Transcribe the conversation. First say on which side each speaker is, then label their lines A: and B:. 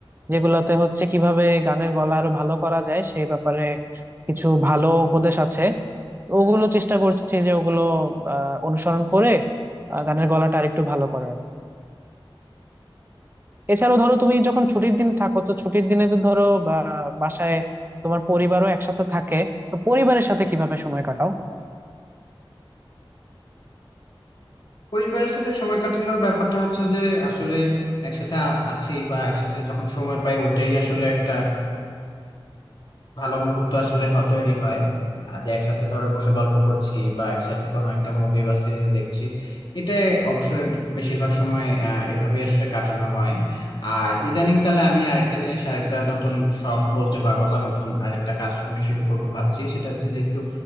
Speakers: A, on the right; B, on the left.
A: যেগুলোতে হচ্ছে কিভাবে গানের গলা আরো ভালো করা যায় সে ব্যাপারে কিছু ভালো উপদেশ আছে তো ওগুলো চেষ্টা করছি যে ওগুলো আহ অনুসরণ করে আহ, গানের গলাটা আরেকটু ভালো করার এছাড়াও ধরো তুমি যখন ছুটির দিনে থাকো তো ছুটির দিনে তো ধরো বা বাসায় তোমার পরিবারও একসাথে থাকে তো পরিবারের সাথে কিভাবে সময় কাটাও
B: পরিবারের সাথে সময় কাটানোর ব্যাপারটা হচ্ছে যে আসলে একসাথে আ- আছি বা একসাথে যখন সময় পাই ওইটাই আসলে একটা ভালো মুহূর্ত আসলে হ- তৈরি হয় আর যে একসাথে ধরো বসে গল্প করছি বা একসাথে কোনো একটা মুভি বা সিরিজ দেখছি এটা অবশ্যই বেশিরভাগ সময় আহ, এভাবেই আসলে কাটানো হয় আর ইদানিং কালে আমি আরেকটা জিনিস আরেকটা নতুন শখ বলতে পারো বা নতুন আরেকটা কাজ আমি শুরু করব ভাবছি সেটা হচ্ছে যে একটু